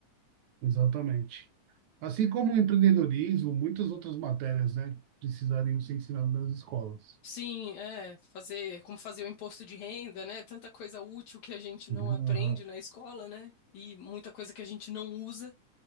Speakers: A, on the right (about 80°); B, on the left (about 70°).
A: exatamente. Assim como o empreendedorismo, muitas outras matérias, né, precisariam ser ensinadas nas escolas.
B: Sim, é, fazer, como fazer o imposto de renda, né? Tanta coisa útil que a gente não
A: Uhum,
B: aprende
A: aham.
B: na escola, né? E muita coisa que a gente não usa